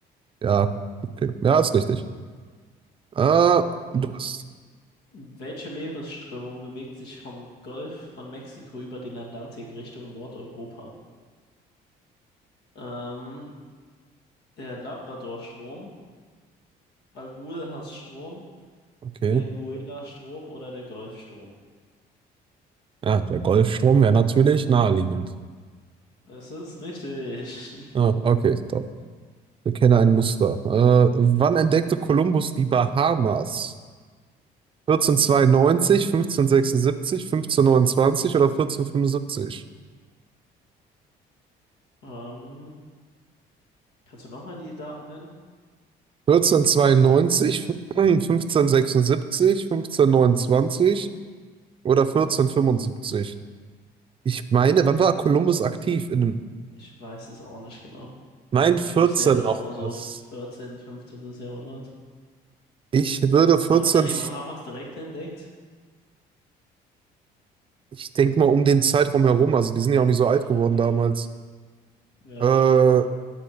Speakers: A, on the right (about 30°); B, on the left (about 80°).
A: Ja, okay. Ja, ist richtig. Ah,
B: Okay.
A: du bist.
B: Welche Meeresströmung bewegt sich vom Golf von Mexiko über den Atlantik Richtung Nordeuropa? Ähm, der Labradorstrom, Agulhas-Strom,
A: Okay.
B: Benguela-Strom oder der Golfstrom?
A: Ja, der Golfstrom wäre natürlich naheliegend.
B: Es ist richtig. <laughs>
A: Ah, okay, top. Wir kennen ein Muster. Äh, wann entdeckte Kolumbus die Bahamas? 1492, 1576, 1529 oder 1475?
B: Ähm, kannst du nochmal die Daten nennen?
A: 1492, 1576, 1529 <clears throat> oder 1475? Ich meine, wann
B: Ich
A: war Kolumbus aktiv? In,
B: Ich weiß es auch nicht genau.
A: mein 14
B: Ich wüsste jetzt
A: noch
B: auch nur so
A: was.
B: 14., 15. Jahrhundert.
A: Ich würde
B: Aber
A: 14.
B: hat er die Bahamas direkt entdeckt?
A: ich denke mal um den Zeitraum herum, also die sind ja auch nicht so
B: Ja,
A: alt geworden
B: okay.
A: damals.
B: Ja,
A: Äh,
B: stimmt.